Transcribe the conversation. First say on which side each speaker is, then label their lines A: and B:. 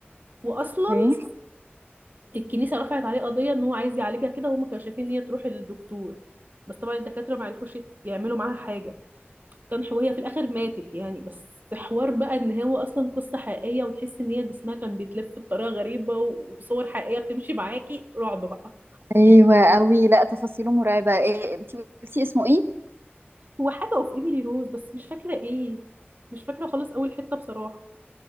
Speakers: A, on the right; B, on the right.
A: واصلا
B: ايه
A: الكنيسة رفعت عليه قضية ان هو عايز يعالجها كده وهم كانوا شايفين ان هي تروح للدكتور بس طبعا الدكاترة ما عرفوش يت- يعملوا معاها حاجة كان هو- هي في الاخر ماتت يعني بس حوار بقى ان هو اصلا قصة حقيقية وتحس ان هي جسمها كان بيتلف بطريقة غريبة وصور حقيقية بتمشي معاكي رعب بقى
B: ايوه قوي لا تفاصيله مرعبه إيه انت قلتي اسمه ايه
A: هو حاجة اوف ايميلي روز بس مش فاكرة ايه مش فاكرة خالص اول حتة بصراحة